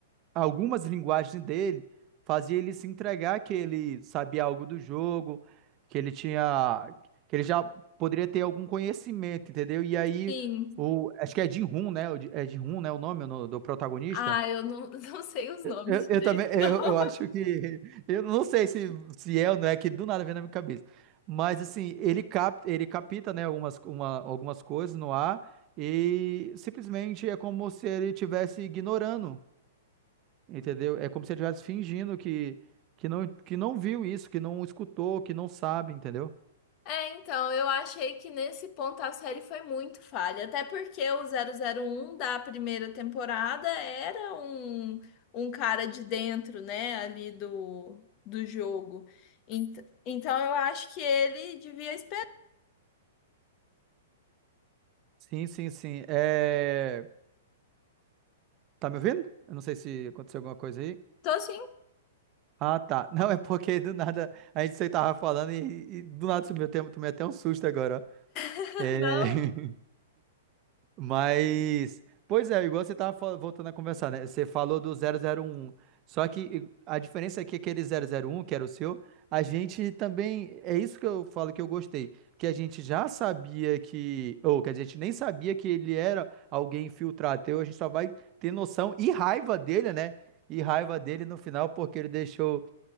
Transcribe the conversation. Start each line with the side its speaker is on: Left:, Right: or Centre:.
Right: algumas linguagens dele fazia ele se entregar que ele sabia algo do jogo, que ele tinha, que ele já poderia ter algum conhecimento, entendeu? E aí
Left: Sim.
Right: o, acho que é Jin-Hoon, né? O- É Jin-Hoon, né? O nome do do protagonista.
Left: Ah, eu não, <laughs> não sei os nomes
Right: Eu,
Left: direito,
Right: eu também, eu,
Left: não.
Right: eu acho que, eu não sei se, se é ou não é, que do nada vem na minha cabeça, mas assim, ele cap, ele capta, né, algumas, uma- algumas coisas no ar e simplesmente é como se ele estivesse ignorando, entendeu? É como se ele estivesse fingindo que, que não, que não viu isso, que não escutou, que não sabe, entendeu?
Left: É, então, eu achei que nesse ponto a série foi muito falha. Até porque o 001 da primeira temporada era um, um cara de dentro, né, ali do, do jogo. Ent- Então, eu acho que ele devia esperar.
Right: Sim, sim, sim, é... Tá me ouvindo? Eu não sei se aconteceu alguma coisa aí.
Left: Tô sim,
Right: Ah, tá. <laughs> Não, é porque do nada a gente você tava falando e, e do nada sumiu o tempo, tomei até um susto agora.
Left: <laughs>
Right: ó. É,
Left: não.
Right: <laughs> mas, pois é, igual você tava fal- voltando a conversar, né? Você falou do zero zero um, Só que a diferença é que aquele zero zero um, que era o seu, a gente também, é isso que eu falo que eu gostei, que a gente já sabia que, ou que a gente nem sabia que ele era alguém infiltrado, então a gente só vai ter noção e raiva dele, né? E raiva dele no final porque ele deixou,